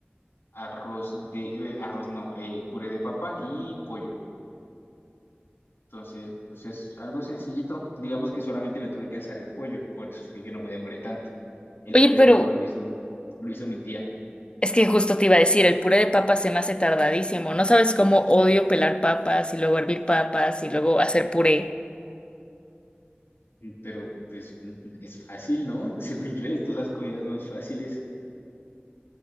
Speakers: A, on the left; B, on the left.
A: arroz de, eh, arroz no, eh, puré de papa y pollo. Entonces, pues es algo sencillito. Digamos que solamente me tuve que asar el pollo, por eso fue que no me demoré tanto. El
B: Oye,
A: puré
B: pero
A: de papa lo hizo, lo hizo mi tía,
B: es que justo te iba a decir, el puré de papas se me hace tardadísimo. No sabes cómo odio pelar papas y luego hervir papas y luego hacer puré.
A: Mm, pero pues mm, es fácil, ¿no? <laughs> Según yo es de las comidas más fáciles.